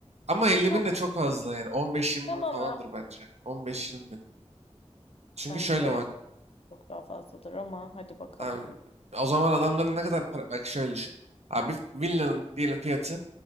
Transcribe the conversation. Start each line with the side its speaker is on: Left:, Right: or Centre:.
Right: Ama 50
Left: Çok
Right: bin de çok fazla yani. 15-20
Left: tamam
Right: bin falandır
Left: ya.
Right: bence. 15-20 bin. Çünkü
Left: Bence
Right: şöyle bak.
Left: çok daha fazladır ama hadi bakalım.
Right: Abi, o zaman adamların ne kadar para... Bak şöyle düşün. Abi villanın diyelim fiyatı